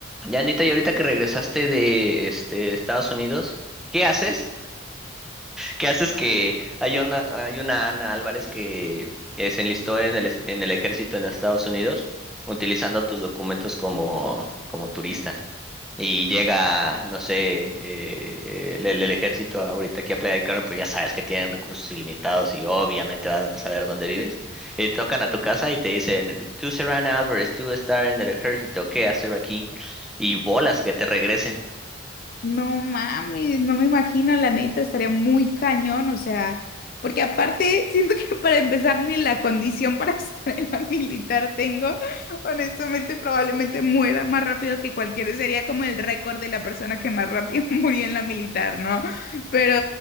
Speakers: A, in the centre; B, on the left.
A: Ya, Anita, y ahorita que regresaste de este, Estados Unidos, ¿qué haces? ¿Qué haces que hay una, hay una Ana Álvarez que eh, se enlistó en el, es- en el ejército en Estados Unidos utilizando tus documentos como, como turista? Y llega, no sé, eh, eh, el, el ejército ahorita aquí a Playa del Carmen, pero ya sabes que tienen recursos ilimitados y obviamente van a saber dónde vives. Y te tocan a tu casa y te dicen, tú Serrana Álvarez, tú estar en el ejército, ¿qué hacer aquí? Y bolas que te regresen.
B: No mames, no me imagino, la neta, estaría muy cañón, o sea, porque aparte <laughs> siento que para empezar ni la condición para <laughs> estar en la militar tengo, honestamente probablemente muera más rápido que cualquiera, sería como el récord de la persona que más rápido <laughs> murió en la militar, ¿no? Pero